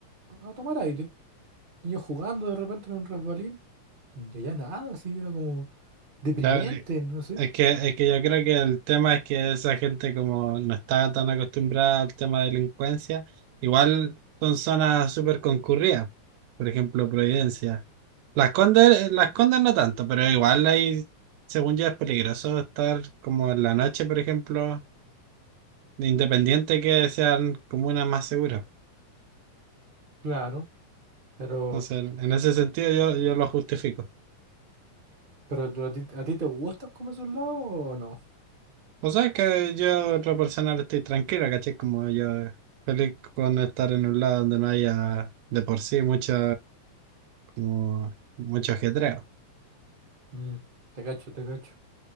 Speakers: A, on the right (about 40°); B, on the right (about 85°).
A: a tomar aire. Niños jugando de repente en un resbalín. Y allá nada, así, era como deprimente,
B: La ver-
A: no sé.
B: Es que, es que yo creo que el tema es que esa gente como no está tan acostumbrada al tema de delincuencia, igual son zonas súper concurridas, por ejemplo, Providencia. Las Condes, Las Condes no tanto, pero igual ahí, según yo, es peligroso estar como en la noche, por ejemplo, independiente que sean comunas más seguras.
A: Claro, pero,
B: Entonces, en ese sentido yo, yo lo justifico.
A: pero tú- a ti, a ti te gustan como esos lados o no?
B: O sea, es que yo, otra persona, ahora estoy tranquila, ¿cachai? Como yo, feliz con estar en un lado donde no haya de por sí mucho, como, mucho ajetreo.
A: Mm, te cacho, te cacho.